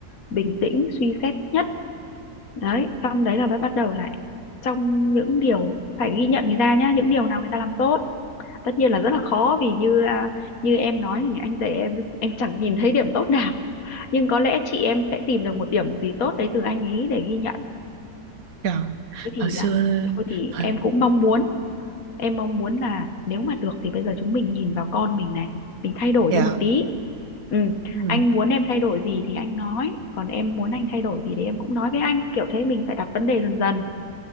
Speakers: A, on the left; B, on the right.
A: bình tĩnh suy xét nhất. Đấy, xong đấy là mới bắt đầu lại trong những điều phải ghi nhận người ta nhá, những điều nào người ta làm tốt. Tất nhiên là rất là khó vì như à, như em nói thì anh rể em em chẳng nhìn thấy điểm tốt nào, nhưng có lẽ chị em sẽ tìm được một điểm gì tốt đấy từ anh ấy để ghi nhận.
B: dạ
A: Thế thì
B: hồi xưa
A: là thôi thì
B: hồi,
A: em cũng mong muốn em mong muốn là nếu mà được thì bây giờ chúng mình nhìn vào con mình này mình thay đổi
B: dạ
A: đi một tí ừ
B: ừ,
A: anh muốn em thay đổi gì thì anh nói còn em muốn anh thay đổi gì thì em cũng nói với anh kiểu thế mình phải đặt vấn đề dần dần